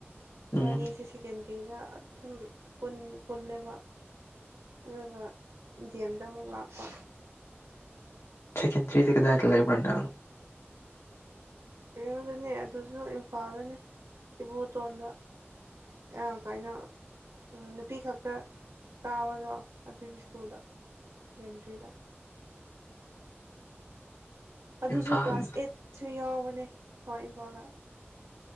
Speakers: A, on the right; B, on the left.
A: ꯏꯕꯥꯅꯤꯁꯦ
B: ꯎꯝ
A: ꯁꯦꯀꯦꯟꯗꯔꯤꯗ ꯑꯗꯨꯝ ꯄꯨꯜꯂꯦꯕ ꯑꯗꯨꯒ ꯗꯤ ꯑꯦꯝꯗ ꯑꯃꯨꯛ ꯂꯥꯛꯄ
B: ꯆꯦꯀꯦꯟ ꯊ꯭ꯔꯤ ꯂ ꯂꯩꯥꯏꯕꯪ
A: ꯀꯩꯅꯣꯗꯅꯦ ꯑꯗꯨꯁꯨ ꯏꯝꯐꯥꯜꯗꯅꯦ ꯏꯕꯣꯇꯣꯟꯗ ꯑ ꯀꯥꯏꯩꯅꯣ ꯅꯨꯄꯤ ꯈꯛꯇ ꯇꯥꯕꯗꯣ ꯑꯗꯨꯒꯤ ꯁ꯭ꯀꯨꯜꯗ ꯁꯦꯀꯦꯟꯗ꯭ꯔꯤꯗ ꯑꯗꯨꯁꯨ
B: ꯏꯝꯐꯥꯜ
A: ꯀ꯭ꯂꯥꯁ ꯑꯦꯠꯁꯨ ꯌꯥꯎꯕꯅꯦ ꯍꯣꯏ ꯏꯝꯐꯥꯜꯗ